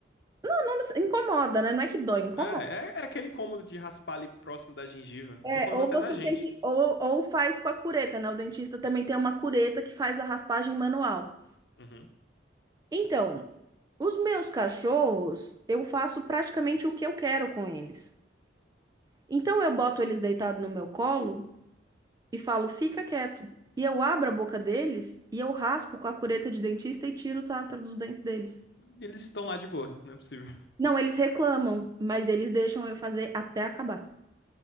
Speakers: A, on the right (about 20°); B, on the left (about 60°).
A: Não, não se- incomoda, né? Não é que dói, incomoda.
B: É, é, é aquele incômodo de raspar ali próximo da gengiva.
A: É,
B: Eu tô falando
A: ou
B: até
A: você
B: na gente.
A: tem que, ou, ou faz com a cureta, né? O dentista também tem uma cureta que faz a raspagem manual.
B: Uhum.
A: Então, os meus cachorros, eu faço praticamente o que eu quero com eles. Então, eu boto eles deitados no meu colo e falo, fica quieto. E eu abro a boca deles e eu raspo com a cureta de dentista e tiro o tártaro dos dentes deles.
B: Eles estão lá de boa, não é possível.
A: Não, eles reclamam, mas eles deixam eu fazer até acabar.